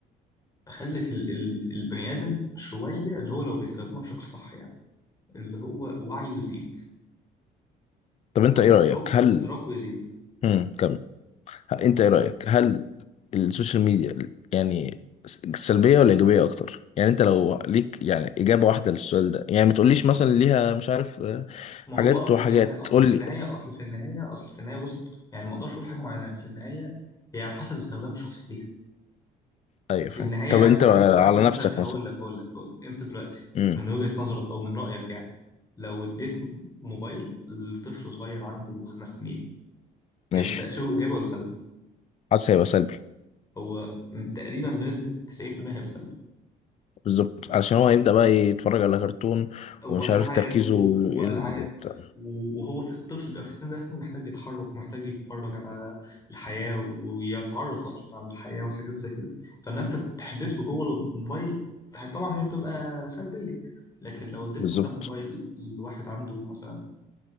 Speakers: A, on the left; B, on the left.
A: خلت ال ال البني آدم شوية اللي هو لو بيستخدمها بشكل صح يعني اللي هو وعيه يزيد
B: طب انت
A: أو
B: ايه رايك
A: إدراكه
B: هل
A: إدراكه يزيد
B: هم. كمل انت ايه رأيك هل السوشيال ميديا يعني سلبية ولا إيجابية أكتر؟ يعني أنت لو ليك يعني إجابة واحدة للسؤال ده يعني ما تقوليش مثلا ليها مش عارف آه،
A: ما
B: حاجات
A: هو اصل
B: وحاجات
A: في النهايه اصل
B: قول
A: في النهايه
B: لي
A: اصل في النهايه اصل في النهايه بص يعني ما اقدرش اقول حاجه معينه في النهايه هي على حسب استخدام الشخص ليها
B: أيوه
A: في
B: فاهم
A: النهايه
B: طب
A: يعني
B: أنت
A: مثلا انت انت
B: على
A: مثلا
B: نفسك
A: هقول
B: مثلا
A: لك هقول لك هقول لك انت دلوقتي
B: امم
A: من وجهه نظرك او من رايك يعني لو اديت موبايل لطفل صغير عنده خمس سنين هيبقى
B: ماشي
A: تاثيره ايجابي ولا سلبي؟
B: حاسس هيبقى سلبي
A: هو تقريبا بنسبه 90% هيبقى سلبي
B: بالظبط علشان هو هيبدأ بقى يتفرج على كرتون
A: والعاب
B: ومش عارف تركيزه
A: و- والعاب
B: يقل وبتاع
A: و- وهو في الطفل بيبقى في السن ده لسه محتاج يتحرك ومحتاج يتفرج على الحياه ويتعرف اصلا على الحياه وحاجات زي كده فان انت تحبسه جوه الموبايل هي- طبعا هي بتبقى سلبيه لكن لو اديت
B: بالظبط
A: مثلا موبايل لواحد عنده مثلا